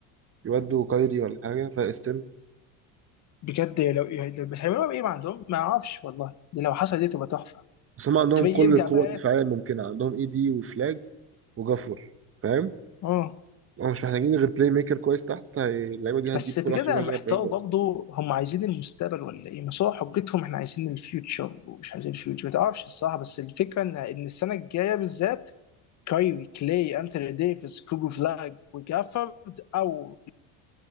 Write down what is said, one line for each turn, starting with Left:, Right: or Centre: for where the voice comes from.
Right: يودوا كايري ولا حاجه فاستن
Left: بجد لو لو- بس هيعملوها بايه ما عندهم ما اعرفش والله دي لو حصل دي تبقى تحفه
Right: بس هم عندهم
Left: تبي
Right: كل
Left: يرجع
Right: القوه
Left: بقى
Right: الدفاعيه
Left: إيه؟
Right: الممكنه عندهم اي دي وفلاج وجافور فاهم
Left: اه
Right: هم مش محتاجين غير بلاي ميكر كويس تحت هي- اللعيبه دي هتجيب
Left: بس بجد
Right: كل واحد فيهم
Left: انا
Right: هيجيب
Left: محتار
Right: 40
Left: برضه هم عايزين المستقبل ولا ايه؟ بس هو حجتهم احنا عايزين الفيوتشر ومش عايزين الفيوتشر ما تعرفش الصراحه بس الفكره ان ان السنه الجايه بالذات كايري كلاي انثوني ديفيس كوبو فلاج وجافورد او